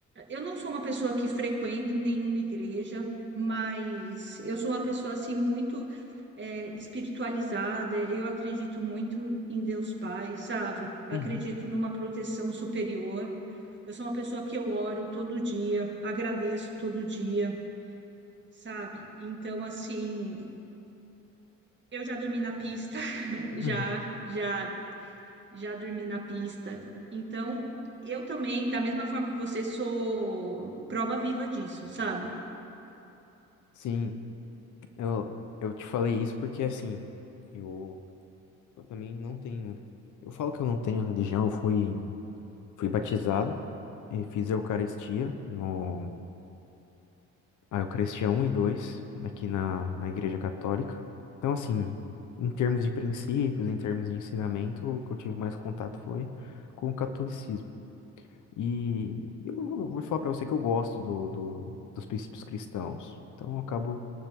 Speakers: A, on the right (about 40°); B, on the left (about 75°).
A: eu não sou uma pessoa que frequento nenhuma igreja, mas eu sou uma pessoa assim muito é, espiritualizada. Eu acredito muito em Deus Pai, sabe? Eu
B: uhum,
A: acredito numa proteção superior. Eu sou uma pessoa que eu oro todo dia, agradeço todo dia, sabe? Então, assim, eu já dormi na pista, <laughs> já,
B: uhum.
A: já, já dormi na pista. Então, eu também, da mesma forma que você, sou prova viva disso, sabe?
B: Sim, eu, eu te falei isso porque assim, eu, eu também não tenho. Eu falo que eu não tenho religião, eu fui, fui batizado e fiz a Eucaristia no, Ah, eu cresci a um e 2 aqui na, na Igreja Católica. Então, assim, em termos de princípios, em termos de ensinamento, o que eu tive mais contato foi com o catolicismo. E eu vou vou falar para você que eu gosto do, do- dos princípios cristãos, então eu acabo